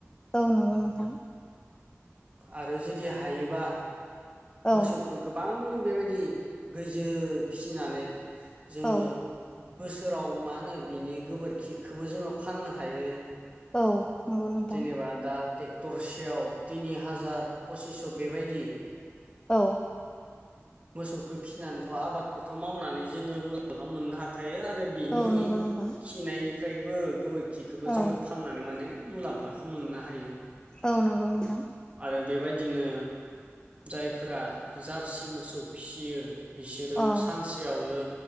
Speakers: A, on the left; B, on the right.
A: औ नंगौ नोंथां
B: आरो जुदि हायोबा मोसौ
A: औ
B: खो गोबां बेबायदि गैजो फिसिनानै जोङो
A: औ
B: बोसोराव मा होनो बिनि गोबोरखिखौबो जोङो फाननो हायो
A: औ नंगौ नोंथां
B: जेनेबा दा ट्रेक्टरसेयाव टिनि हाजार पसिस्स' बेबायदि
A: औ
B: मोसौखौ फिसिनानैथ' आबादखौथ' मावनानै जोङो मुलाम्फा मोननो हाखायो आरो बिनि
A: औ नंगौ नोंथां
B: खिनायनिफ्रायबो गोबोरखिखौबो जोङो
A: औ
B: फाननानै माने मुलाम्फाखो मोननो हायो
A: औ नंगौ नोंथां
B: आरो बेबायदिनो जायफोरा जारसि मोसौ फिसियो बिसोरो
A: अ
B: सानसेयावनो